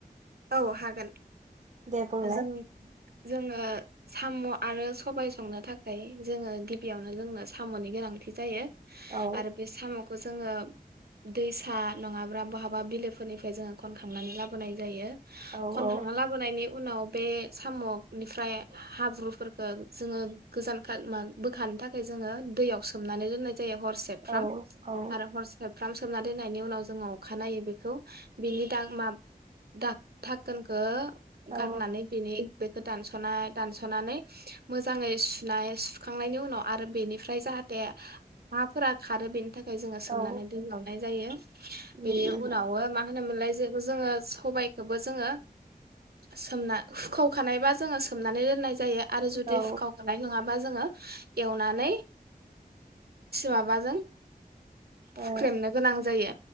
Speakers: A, on the right; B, on the right.
A: औ हागोन।
B: दे बुंलाय
A: जों जोङो साम' आरो सबाय संनो थाखाय जोङो गिबियावनो जोंनो साम'नि गोनांथि जायो।
B: औ
A: आरो बे साम' खौ जोङो दैसा नङाब्ला बहाबा बिलोफोरनिफ्राय जोङो खनखांनानै लाबोनाय जायो।
B: औ
A: खनखांना
B: औ
A: लाबोनायनि उनाव बे साम' बेनिफ्राय हाब्रुफोर जोङो गोजान बोखानो थाखाय जोङो दैयाव सोमनानै दोननाय जायो हरसेबफ्राम
B: औ औ
A: आरो हरसे फ्राम सोमना दोननायनि उनाव जोङो अखानायनायो बेखौ बिनि दा माब दा थाकोनखो
B: औ
A: गारनानै बेनि बेखौ दानस'नाय दानस'नानै मोजाङै सुनाय सुखांनायनि उनाव आरो बेनिफ्राय जाहाथे दे‌ माफो खारो बेनि थाखाय ओमफाय जोङो सोमनानै
B: औ
A: दोनलावनाय जायो।
B: उम
A: बेनि
B: उम
A: उनाव मा होनोमोनलाय जोङो सबाइ बेखौबो जोङो सोमना हुखावखानायबा जोङो सोमनानै दोननाय जायो। आरो जुदि
B: औ ओ
A: फुखावखानाय नङाबा बा जोङो एवनानै माबाजों
B: औ
A: हुख्रेमनो गोनां जायो